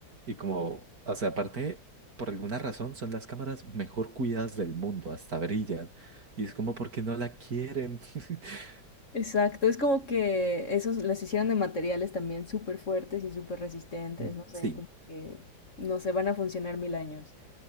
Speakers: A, on the right; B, on the left.
A: y como, o sea, aparte, por alguna razón son las cámaras mejor cuidadas del mundo, hasta brillan. Y es como, porque no la quieren? <laughs>
B: Exacto, es como que esos los hicieron de materiales también súper fuertes y súper resistentes,
A: Mm.
B: no sé,
A: Sí,
B: como que no sé, van a funcionar mil años.